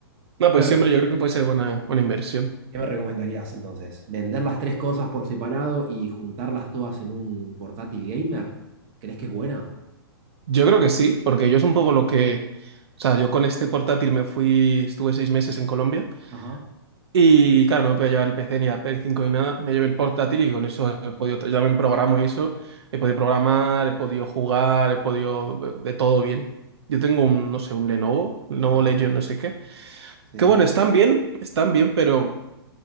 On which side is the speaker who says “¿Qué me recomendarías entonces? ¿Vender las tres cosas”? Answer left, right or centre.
Right